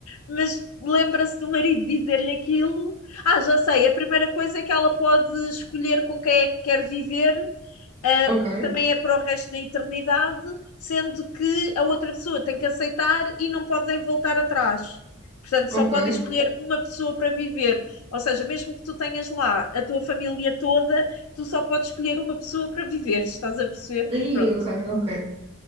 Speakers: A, on the left; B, on the right.
A: mas lembra-se do marido dizer-lhe aquilo. Ah, já sei, a primeira coisa é que ela pode escolher com quem é que quer viver ah,
B: ok,
A: também é para o resto da eternidade, sendo que a outra pessoa tem que aceitar e não podem voltar atrás. Portanto,
B: ok.
A: só podem escolher uma pessoa para viver. Ou seja, mesmo que tu tenhas lá a tua família toda, tu só podes escolher uma pessoa para viver, estás a perceber?
B: Ih,
A: Pronto.
B: ok, ok,